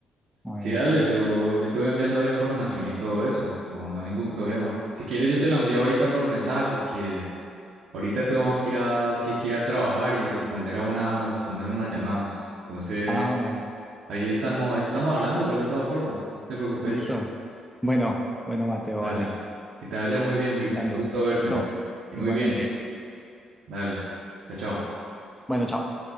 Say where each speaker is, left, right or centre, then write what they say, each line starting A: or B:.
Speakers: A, in the centre; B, on the right (about 75°).
A: a ver
B: Sí, dale,
A: si...
B: yo, yo te voy enviando la información y todo eso. No, no hay ningún problema. Si quieres, yo te la envío ahorita por mensaje porque ahorita tengo que ir a, que, que ir a trabajar y responder a una, responder unas llamadas. Entonces,
A: Ah, vale.
B: Allí estamos, ahí estamos hablando igual de todas formas, no te preocupes.
A: Listo. Bueno, bueno, Mateo,
B: Dale.
A: vale.
B: Que te vaya muy bien, Luis.
A: Hablando.
B: Un gusto verte.
A: Listo.
B: Y
A: Igualmente.
B: muy bien. Dale. Chao, chao.
A: Bueno, chao.